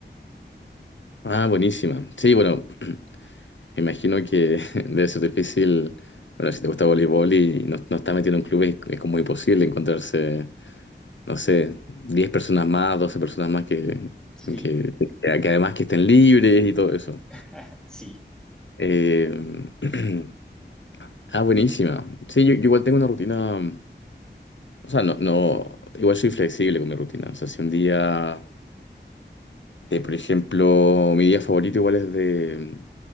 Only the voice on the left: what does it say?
Ah, buenísima. Sí, bueno, <clears throat> me imagino que <laughs> debe ser difícil. Bueno, si te gusta voleibol y no, no estás metido en un club, es, es como imposible encontrarse no sé, 10 personas más, 12 personas más que,
que, que- que además que estén libres y todo eso.
Eh, <clears throat> ah, buenísima. Sí, yo, yo igual tengo una rutina, o sea, no, no, igual soy flexible con mi rutina. O sea, si un día, eh, por ejemplo, mi día favorito igual es de,